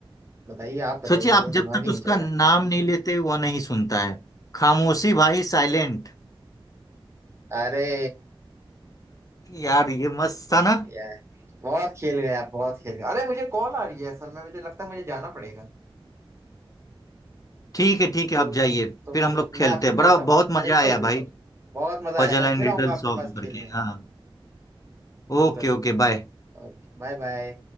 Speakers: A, on the right (about 30°); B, on the left (about 40°).
A: बताइए आप बताइए
B: सोचिए आप
A: मेरा तो
B: जब
A: दिमाग
B: तक
A: ही नहीं
B: उसका
A: चल रहा
B: नाम नहीं लेते वह नहीं सुनता है खामोशी भाई साइलेंट
A: है अरे
B: यार ये मस्त था ना
A: या, बहुत खेल गए आप बहुत खेल गए अरे मुझे कॉल आ रही है असल में मुझे लगता है मुझे जाना पड़ेगा
B: ठीक है ठीक है
A: तो
B: आप जाइए
A: तो
B: फिर हम लोग खेलते
A: मैं आपसे
B: हैं
A: मिलता
B: बड़ा
A: हूँ
B: बहुत मजा
A: बिल्कुल
B: आया
A: बिल्कुल
B: भाई
A: बहुत मजा
B: पजल
A: आया मैं
B: एंड
A: फिर
B: रिडल
A: आऊंगा आपके
B: सॉल्व
A: पास खेलने
B: करके हाँ
A: बिल्कुल
B: Okay
A: बिल्कुल
B: okay bye
A: Okay bye bye